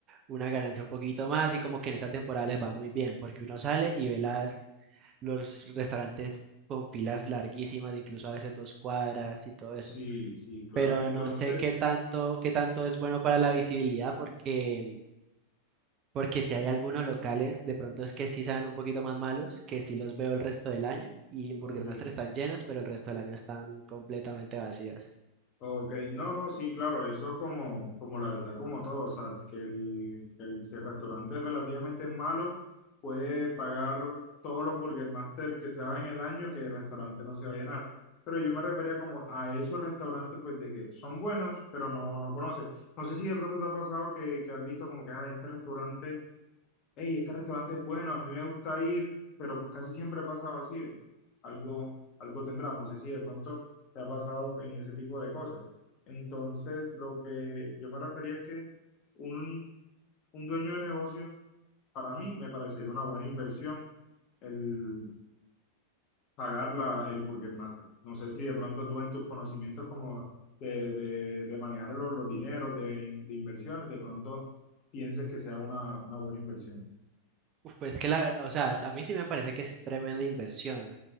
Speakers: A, on the right (about 30°); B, on the left (about 35°).
A: una ganancia un poquito más y como que en esta temporada les va muy bien, porque uno sale y ve las, los restaurantes con filas larguísimas, de incluso a veces dos cuadras y todo eso.
B: sí, sí, claro.
A: Pero
B: Entonces,
A: no sé qué tanto, qué tanto es bueno para la visibilidad, porque, porque si hay algunos locales, de pronto es que sí sean un poquito más malos, que sí los veo el resto del año, y en Burger
B: ok.
A: Master están llenos, pero el resto del año están completamente vacíos.
B: Ok, no, no, sí, claro, eso como, como la verdad, como todo, o sea, que el, que el, si el restaurante es relativamente malo, puede pagar todos los Burger Master que se hagan en el año que el restaurante no se va a llenar. Pero yo me refería como a esos restaurantes, pues, de que son buenos, pero no, no conoces. No sé si de pronto te ha pasado que, que has visto como que, ah, este restaurante hey, este restaurante es bueno, a mí me gusta ir, pero casi siempre pasa vacío. Algo, algo tendrá, no sé si de pronto te ha pasado en ese tipo de cosas. Entonces, lo que yo me refería es que un, un dueño de negocio, para mí, me parecería una buena inversión el pagar la, el Burger Master. No sé si de pronto tú en tus conocimientos como de, de, de manejar los, los dineros, de, in- de inversiones, de pronto pienses que sea una, una buena inversión.
A: Uf, Pues que la, o sea, a mí sí me parece que es tremenda inversión.